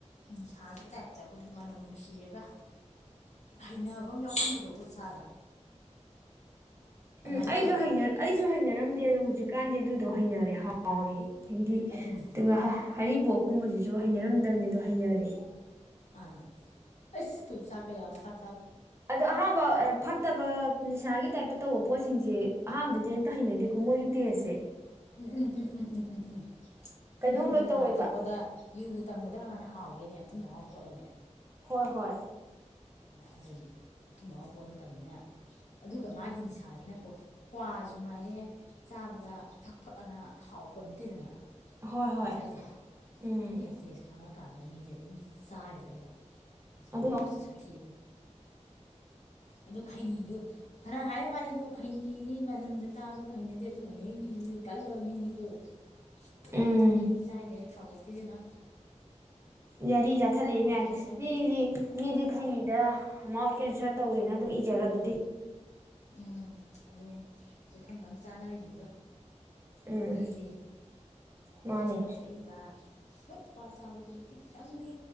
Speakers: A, on the left; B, on the right.
A: ꯍꯤꯡꯁꯥꯒꯤ ꯇꯥꯏꯞꯇ ꯑꯩꯈꯣꯏꯒꯤ ꯃꯅꯝ ꯅꯨꯡꯁꯤꯔꯒ ꯍꯩꯅꯕ ꯑꯃ ꯌꯥꯎꯁꯟꯕꯗꯣ ꯑꯩꯈꯣꯏ ꯏꯁꯥꯗ ꯑꯗꯨꯃꯥꯏꯅ
B: ꯎꯝ
A: ꯇꯧꯋꯦꯕ
B: ꯑꯩꯁꯨ ꯑꯩꯁꯨ ꯍꯩꯅꯔꯝꯗꯦ ꯑꯗꯣ ꯍꯧꯖꯤꯛꯀꯥꯟꯗꯤ ꯑꯗꯨꯗꯣ ꯍꯩꯅꯔꯦ ꯍꯥꯎꯔꯦ ꯍꯥꯏꯗꯤ
A: ꯑꯗꯨꯅꯤ
B: ꯑꯗꯨꯒ ꯍꯔꯤꯕꯣꯛꯀꯨꯝꯕꯁꯤꯁꯨ ꯍꯩꯅꯔꯝꯗꯕꯅꯤꯗꯣ ꯍꯩꯅꯔꯦ
A: ꯑꯥ ꯆꯀ ꯌꯥꯎ ꯆ
B: ꯑꯗꯣ ꯑꯍꯥꯟꯕ ꯐꯠꯇꯕ ꯅꯤꯁꯥꯒꯤ ꯇꯥꯏꯞꯇ ꯇꯧꯕ ꯄꯣꯠꯁꯤꯡꯁꯦ ꯑꯍꯥꯟꯕꯗꯗꯤ ꯑꯝꯇ ꯍꯩꯅꯗꯦꯀꯣ ꯃꯣꯏꯒꯤ ꯇꯦꯁꯁꯦ
A: ꯎꯝ ꯎꯝ ꯎꯝ ꯎꯝ ꯎꯝ ꯎꯝ ꯎꯝ
B: ꯀꯩꯅꯣꯝ
A: ꯌꯨꯕꯨ
B: ꯂꯣꯏ
A: ꯀꯅꯥ
B: ꯇꯧꯋꯦꯕ
A: ꯊꯛꯄꯗ ꯌꯨꯕꯨ ꯇꯝꯕꯗ ꯀꯅꯥꯅ ꯍꯥꯎꯒꯦꯅꯦ ꯑꯗꯨꯊꯨꯝ ꯃꯍꯥꯎ ꯄꯣꯠꯂꯅꯦ
B: ꯍꯣꯏ ꯍꯣꯏ
A: ꯑꯗꯨꯅꯤ ꯏꯤ ꯃꯍꯎ ꯄꯣꯠ ꯅꯠꯇꯕꯅꯤꯅ ꯑꯗꯨꯒ ꯃꯥꯒꯤ ꯅꯤꯁꯥꯁꯤꯅꯀꯣ ꯀ꯭ꯋꯥꯁꯨ ꯉꯥꯏꯔꯦ ꯆꯥꯕꯗ ꯐꯅ ꯍꯥꯎꯄꯣꯠ ꯅꯠꯇꯦꯗꯅ
B: ꯍꯣꯏ
A: ꯀ꯭ꯆꯥꯏꯁꯦ
B: ꯍꯣꯏ ꯎꯝ
A: ꯑꯗꯨ ꯇꯦꯁ ꯈꯔ ꯀꯥꯟꯗ ꯃꯤꯁꯦ ꯑꯗꯨꯝ ꯆꯥꯔꯤꯗꯣ ꯌꯦꯡꯉ ꯏꯁꯥꯒꯤ
B: ꯑꯗꯨ
A: ꯄꯣꯠꯁꯦ ꯁꯥꯊꯤ ꯑꯗꯣ ꯈꯩꯅꯤꯗꯣ ꯐꯅ ꯍꯥꯏꯔ ꯃꯥꯅꯤꯕ ꯈꯩꯅꯤꯗꯤ ꯃꯅꯝꯗ ꯇꯥꯕꯗ ꯈꯔ ꯍꯩꯅꯗꯦ ꯑꯗꯨ ꯍꯩꯅꯔꯤ ꯃꯤ ꯑꯗꯨꯗꯤ ꯀꯜꯂꯕ ꯃꯤꯅꯤꯀꯣ ꯑꯩꯩꯅꯤ
B: ꯎꯝ
A: ꯆꯥꯏꯏꯒꯁꯦ ꯐꯄꯣꯠꯇꯤꯁꯤꯅ
B: ꯌꯥꯔꯤ ꯆꯠꯊꯠꯂꯛꯦ ꯃ
A: ꯀꯦꯟꯁꯔ
B: ꯃꯤꯒꯤ
A: ꯎꯝ
B: ꯃꯤꯗꯤ ꯈꯩꯉꯗ ꯑꯃ ꯀꯦꯟꯁꯦꯜ ꯇꯧꯋꯦꯅ ꯑꯗꯨꯝ ꯏꯖꯔ ꯑꯗꯨꯗꯤ
A: ꯎꯝ ꯑꯗꯨꯅꯦꯈꯟ ꯈꯪ ꯆꯥꯅꯔꯤꯉꯤꯗꯣ
B: ꯎꯝ
A: ꯀꯤꯗꯦ
B: ꯃꯥꯅꯦ
A: ꯑ ꯆꯨꯔꯨꯞ ꯊꯛꯏꯕ ꯍꯣꯏ ꯀ꯭ꯋꯥ ꯆꯥꯕꯗꯨꯃꯛꯇꯤ ꯈꯤꯇꯪꯗꯤ